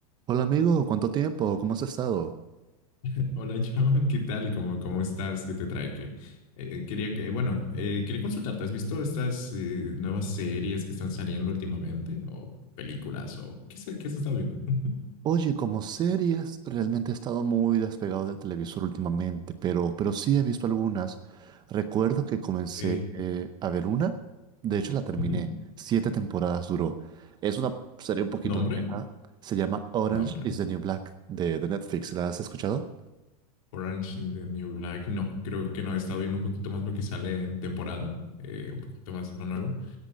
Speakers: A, on the right (about 20°); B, on the left (about 60°).
A: Hola amigo, ¿cuánto tiempo? ¿Cómo has estado?
B: <laughs> Hola John, ¿qué tal? ¿Cómo, cómo estás? ¿Qué te trae? Que quería que, bueno, eh, quería consultarte. ¿Has visto estas eh, nuevas series que están saliendo últimamente? ¿O películas? ¿O qué se, qué se está viendo? <laughs>
A: Oye, como series, realmente he estado muy despegado del televisor últimamente, pero, pero sí he visto algunas. Recuerdo que comencé
B: Ok.
A: eh, a ver una, de hecho la terminé,
B: Ujú.
A: siete temporadas duró. Es una serie un poquito
B: ¿Nombre?
A: vieja, se llama Orange
B: Nombre.
A: is
B: ¿no?
A: the New Black de, de Netflix, ¿la has escuchado?
B: Orange in the New Black. No, creo que no. He estado viendo un poquito más lo que sale en temporada. eh, un poquito más lo nuevo.